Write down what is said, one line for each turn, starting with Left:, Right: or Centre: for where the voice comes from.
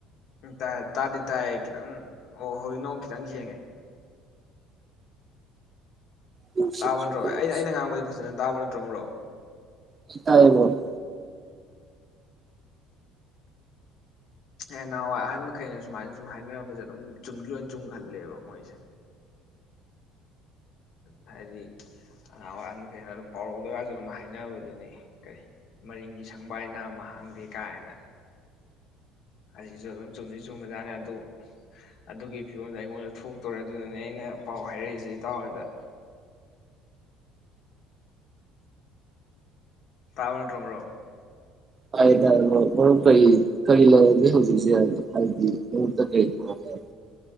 Left: ꯎꯝ ꯇꯥꯏ ꯇꯥꯗꯤ ꯇꯥꯏ ꯈꯤꯇꯪ ꯑꯣ ꯍꯧꯖꯤꯛ ꯅꯑꯣ ꯈꯤꯇꯪ ꯁꯦ
Right: ꯇꯥꯏꯌꯦ
Left: ꯇꯥꯕ
Right: ꯃꯔꯨꯞ
Left: ꯅꯠꯇ꯭ꯔꯣ ꯑꯩꯅ ꯑꯩꯅ ꯉꯥꯡꯕꯗꯤ ꯐꯖꯅ ꯇꯥꯕ ꯅꯠꯇ꯭ꯔ ꯇꯔꯣꯃꯔꯨ
Right: ꯁꯤ ꯇꯥꯏꯅꯦ <inaudible>
Left: ꯍ ꯅꯍꯥꯟꯋꯥꯏ ꯑꯍꯟ ꯃꯈꯩꯅ ꯁꯨꯃꯥꯏꯅ ꯁꯨꯝ ꯍꯥꯏꯅꯔꯝꯕꯁꯦ ꯑꯗꯨꯝ ꯆꯨꯝꯗꯤ ꯂꯣꯏ ꯆꯨꯝꯒꯜꯂꯦꯕ ꯃꯣꯏꯁꯦ ꯍꯥꯏꯗꯤ ꯅꯍꯥꯡꯋꯥꯏ ꯑꯍꯟ ꯃꯈꯩꯅ ꯑꯗꯨꯝ ꯄꯥꯎꯔꯧꯗꯒꯁꯨ ꯑꯗꯨꯝ ꯍꯥꯏꯅꯕꯗꯨꯅꯤ ꯀꯔꯤ ꯃꯔꯤꯡꯒꯤ ꯁꯪꯕꯥꯥꯏꯅꯥ ꯅꯝꯃ ꯍꯥꯡꯗꯦ ꯀꯥꯏꯅ ꯁꯤꯁꯨ ꯑꯗꯨꯝ ꯆꯨꯝꯗꯤ ꯆꯨꯝꯕꯖꯥꯠꯅꯤ ꯑꯗꯨ ꯑꯗꯨꯒꯤ ꯐꯤꯕꯝꯗ ꯑꯩꯉꯣꯟꯗ ꯊꯣꯛꯇꯣꯔꯦ ꯑꯗꯨꯅꯅꯦ ꯑꯩꯅ ꯄꯥꯎ ꯍꯥꯏꯔꯛꯏꯁꯦ ꯏꯇꯥꯎꯍꯣꯏꯗ ꯇꯥꯕ ꯅꯠꯇꯔꯣ ꯃꯔꯨꯞ
Right: ꯇꯥꯏꯌꯦ ꯇꯥꯏꯌꯦ ꯃꯔꯨꯞ ꯃꯔꯨꯞ ꯀꯩ ꯀꯩ ꯂꯩꯔꯒꯦ ꯍꯧꯖꯤꯛꯁꯦ ꯍꯥꯏꯗꯤ ꯃꯔꯨꯞꯇ ꯀꯩ ꯄꯔꯣꯕꯂꯦꯝ